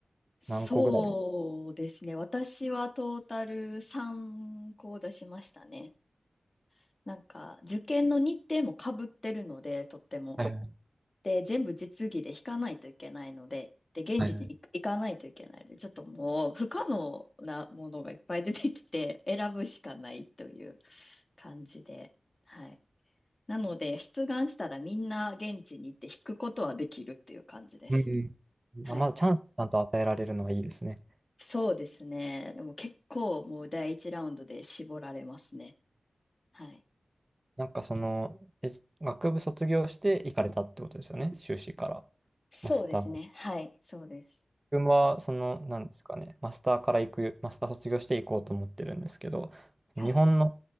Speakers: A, on the left; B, on the right.
A: そうですね。
B: 何個ぐらい。
A: 私はトータル3校出しましたね。なんか、受験の日程もかぶってるので、とっても。
B: はいはい。
A: で、全部実技で弾かないといけないので、で、現地に行く行かないといけないので、
B: はいはい。
A: ちょっともう不可能なものがいっぱい出てきて、選ぶしかないという感じで、はい。なので、出願したらみんな現地に行って弾くことはできるっていう感じです。
B: うんうん。
A: はい。
B: あ、まだチャンスちゃんと与えられるのはいいですね。
A: そうですね。でも結構もう第一ラウンドで絞られますね。はい。
B: なんかその、え、学部卒業して行かれたってことですよね、修士から。
A: そうですね。
B: マスター。
A: はい。そうです。
B: 僕は、その、なんですかね、マスターから行く、マスター卒業して行こうと思ってるんですけど、
A: はい。
B: 日本の、